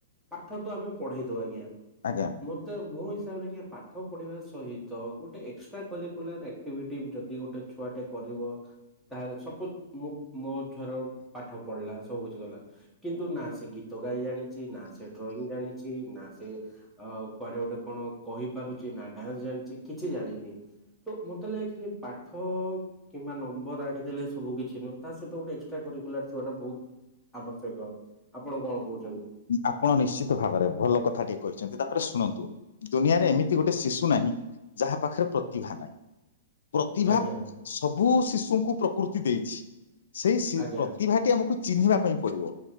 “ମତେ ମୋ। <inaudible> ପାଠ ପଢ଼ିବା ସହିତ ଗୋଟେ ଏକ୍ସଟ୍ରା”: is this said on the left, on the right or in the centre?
Centre